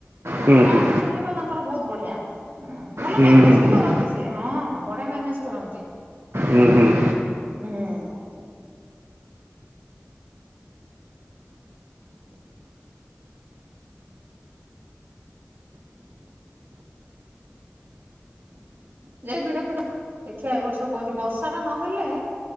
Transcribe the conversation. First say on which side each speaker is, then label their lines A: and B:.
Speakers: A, on the right (about 70°); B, on the right (about 50°).
A: ହୁଁ ହୁଁ
B: ଗାଡି
A: ହୁଁ ହୁଁ
B: ଚଲେଇବା ତାଙ୍କର ବହୁତ ବଢିଆ, ହୁଁ ଭଲ
A: ହୁଁ
B: ମ୍ୟାନେଜ ବି କରନ୍ତି ସେ। ସେ ହଁ ବଢିଆ ମ୍ୟାନେଜ କରନ୍ତ,
A: ହୁଁ ହୁଁ ହୁଁ
B: ହୁଁ। ଯେ ଭିଡ ଫିଡ ଦେଖିବା ଏ ବର୍ଷ କହଛି ବର୍ଷା ଟା ନହେଲେ